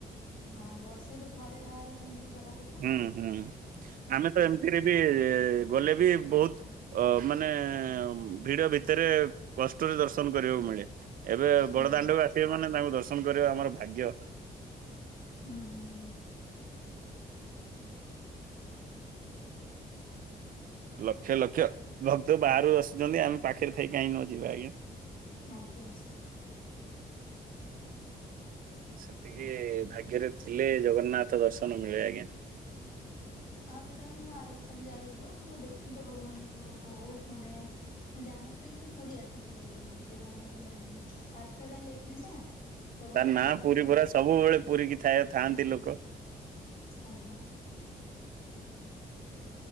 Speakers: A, on the left; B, on the right.
A: ହଁ ବର୍ଷେ ତ ଥରେ ବାହାରୁିଛନ୍ତି ବାହାରୁ
B: ହୁଁ ହୁଁ ଆମେ ତ ଏମିତିରେ ବି ଗଲେ ବି ବହୁତ ଅ ମାନେ ଭିଡ ଭିତରେ କଷ୍ଟରେ ଦର୍ଶନ କରିବାକୁ ମିଳେ। ଏବେ
A: ହୁଁ
B: ବଡଦାଣ୍ଡକୁ ଆସିବେ ମାନେ ତାଙ୍କୁ ଦର୍ଶନ କରିବା ଆମର ଭାଗ୍ୟ?
A: ଉ ହୁଁ?
B: ଲକ୍ଷ ଲକ୍ଷ ଭକ୍ତ ବାହାରୁ ଆସୁଛନ୍ତି ଆମେ ପାଖରେ ଥାଇ କାହିଁ ନ ଯିବା ଆଜ୍ଞା?
A: ଆଜ୍ଞା?
B: ସେତିକି ଭାଗ୍ୟରେ ଥିଲେ ଜଗନ୍ନାଥ ଦର୍ଶନ ମିଳେ ଆଜ୍ଞା।
A: ହଁ ସେଇଟା ତ ମୁଁ ଆରବର୍ଷ ଆମେ ଯାଇଥିଲୁ ମୁଁ ଦେଖିନି ତ ଭଗବାନଙ୍କୁ ବହୁତ ମାନେ ମୁଁ ଜାଣିନଥିଲି କି ମୁଁ ପୁରୀ ଆସିଛି ବୋଲି ଏତେ ମାନେ ପାଷ୍ଟ ଥର ପାଇଁ ଯାଇଥିଲି ନା। କେବଳ
B: ତାର ନାଁ
A: ଜଗନ୍ନାଥ
B: ପୁରୀ
A: ମନ୍ଦିର
B: ପରା ସବୁବେଳେ ପୁରୀ କି ଥାଏ ଥାଆନ୍ତି
A: ଆଜ୍ଞା
B: ଲୋକ।
A: ଆଜ୍ଞା।